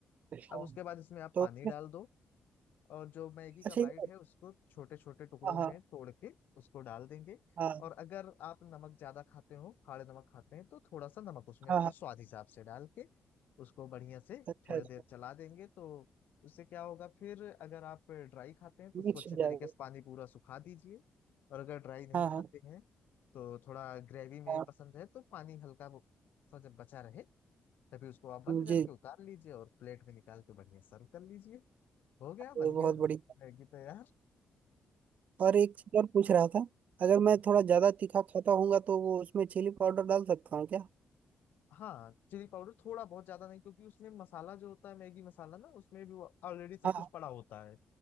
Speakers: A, on the right; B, on the left.
A: <laughs>
B: अब
A: हाँ,
B: उसके बाद इसमें आप
A: तो
B: पानी
A: उसमें
B: डाल दो और जो मैगी का
A: अच्छा ये-
B: बाइट है उसको छोटे छोटे टुकड़ों
A: हाँ हाँ
B: में तोड़ के उसको डाल देंगे
A: हाँ
B: और अगर आप नमक ज्यादा खाते हो खाड़े नमक खाते हैं तो थोड़ा सा नमक उसमें
A: हाँ
B: अपने
A: हाँ
B: स्वाद हिसाब से डाल के उसको बढ़िया से
A: अच्छा
B: थोड़ी
A: अच्छा
B: देर चला देंगे तो उससे क्या होगा फिर अगर आप ड्राई खाते हैं तो उसको
A: मिक्स
B: अच्छे
A: हो
B: तरीके
A: जाएगा
B: से पानी पूरा सुखा दीजिए और अगर ड्राई नहीं
A: हाँ हाँ
B: खाते हैं तो थोड़ा ग्रेवी में
A: हाँ,
B: पसंद है तो पानी हल्का वो- सा जब बचा रहे तभी उसको आप बंद करके
A: जी
B: उतार लीजिए और प्लेट में निकाल के बढ़िया सर्व कर लीजिए हो गया
A: ये
B: बन गया
A: बहुत बढ़िया
B: मैगी तो यार
A: और एक चीज और पूछ रहा था अगर मैं
B: हाँ
A: थोड़ा ज्यादा तीखा खाता हूँ तो वो उसमें चिली पाउडर डाल सकता हूँ क्या
B: हाँ, चिली पाउडर थोड़ा बहुत ज्यादा नहीं क्योंकि उसमें मसाला जो होता है मैगी मसाला ना उसमें भी ऑलरेडी सब
A: हाँ हाँ,
B: कुछ पड़ा होता है